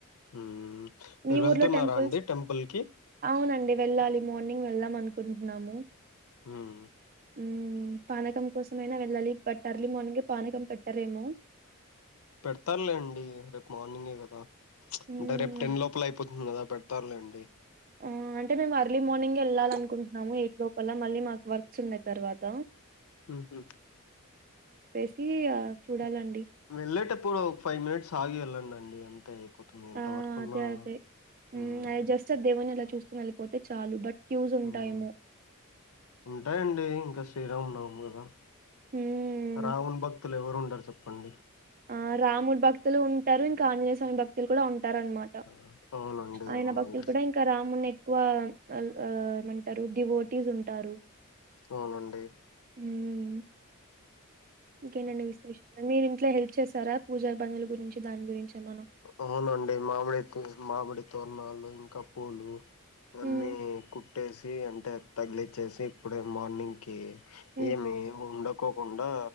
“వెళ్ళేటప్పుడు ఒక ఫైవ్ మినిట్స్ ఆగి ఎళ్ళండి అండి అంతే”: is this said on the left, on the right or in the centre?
Left